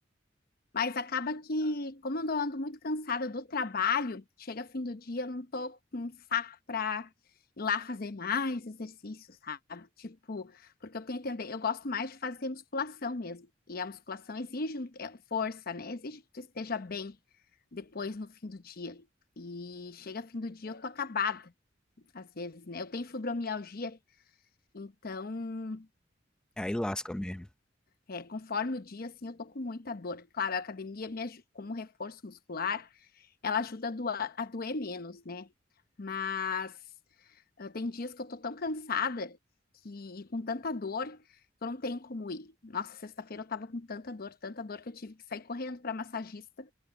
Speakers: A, on the left; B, in the centre.
A: Mas acaba que, como eu ando muito cansada do trabalho, chega fim do dia, eu não tô com um saco para ir lá fazer mais exercícios, sabe? Tipo, porque eu tenho que entender, eu gosto mais de fazer musculação mesmo. E a musculação exige um- é, força, né? Exige que tu esteja bem depois no fim do dia. E chega fim do dia, eu tô acabada. Às vezes, né? Eu tenho fibromialgia, então,
B: Aí lasca mesmo.
A: é, conforme o dia, assim, eu tô com muita dor. Claro, a academia, me aju- como reforço muscular, ela ajuda a doar- a doer menos, né? Mas ah, tem dias que eu tô tão cansada que, e com tanta dor que eu não tenho como ir. Nossa, sexta-feira eu tava com tanta dor, tanta dor que eu tive que sair correndo para massagista